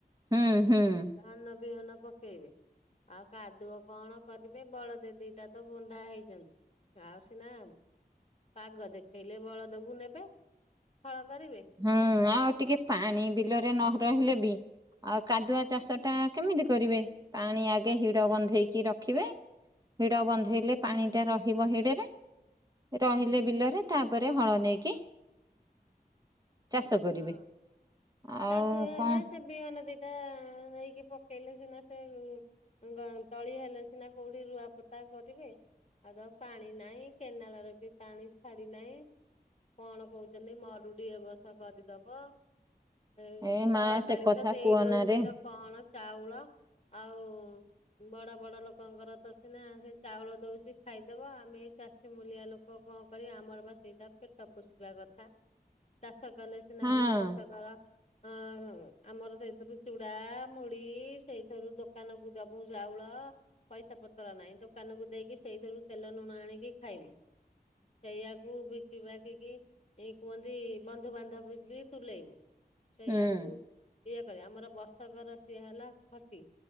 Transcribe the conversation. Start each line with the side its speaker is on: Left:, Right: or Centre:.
Right: ହୁଁ ହୁଁ
Left: ଧାନ ବିହନ ପକେଇବେ ଆଉ କାଦୁଅ କଣ କରିବେ ବଳଦ ଦିଟା ତ ବନ୍ଧା ହେଇଛନ୍ତି ଆଉ ସିନା ପାଗ ଦେଖେଇଲେ ବଳଦକୁ ନେବେ ହଳ କରିବେ।
Right: ହୁଁ ଆଉ ଟିକେ ପାଣି ବିଲରେ ନ ରହିଲେ ବି ଆଉ କାଦୁଆ ଚାଷ ଟା କେମିତି କରିବେ ପାଣି ଆଗେ ହିଡ଼ ବନ୍ଧେଇକି ରଖିବେ। ହିଡ ବନ୍ଧେଇଲେ ପାଣି ଟା ରହିବ ହିଡରେ ରହିଲେ ବିଲରେ ତାପରେ ହଳ ନେଇକି ଚାଷ କରିବେ
Left: ହଁ
Right: ଆଉ
Left: କାଦୁଅ ହେଲେ
Right: କଣ
Left: ସେ ବିହନ ଦିଟା ନେଇକି ପକେଇଲେ ସିନା ସେ ଗ ତଳି ହେଲେ ସିନା କୋଉଠି ରୁଆ ପୋତା କରିବେ। ଆଉ ତ ପାଣି ନାହିଁ କେନାଲରେ ବି ପାଣି ଛାଡି ନାହିଁ। କଣ କହୁଛନ୍ତି ମରୁଡ଼ି ଏ ବର୍ଷ କରିଦବ ଏଇ
Right: ଏ
Left: ସରକାରୀ
Right: ମା ସେ କଥା
Left: ତ ଦେଇ
Right: କୁହନାରେ
Left: ଦଉଛି ତ କଣ ଚାଉଳ ଆଉ ବଡ ବଡ ଲୋକଙ୍କର ତ ସିନା ସେ ଚାଉଳ ଦୋଉଛି ଖାଇଦବ ଆମେ ଏଇ ଚାଷୀ ମୂଲିଆ ଲୋକ କଁ କରିବା ଆମର ବା ସେଇଟା ପେଟ ପୋଷିବା କଥା। ଚାଷ କଲେ ସିନା
Right: ହଁ
Left: ଆମେ ବର୍ଷକର ଅ ଆମର ସେଇଥିରୁ ଚୁଡା ମୁଢି ସେଇଥିରୁ ଦୋକାନ କୁ ଦୋବୁ ଚାଉଳ ପଇସା ପତ୍ର ନାହିଁ ଦୋକାନକୁ ଦେଇକି ସେଇଥିରୁ ତେଲ ଲୁଣ ଆଣିକି ଖାଇମୁ। ସେଇଆକୁ ବିକି ବାକିକି ଏଇ କୁହନ୍ତି ବନ୍ଧୁବାନ୍ଧବ ବି ତୁଲେଇବୁ ସେଇଆକୁ
Right: ହୁଁ
Left: ଇଆ କରିବା ଆମର ବର୍ଷକର ସିଏ ହେଲା ଖଟି।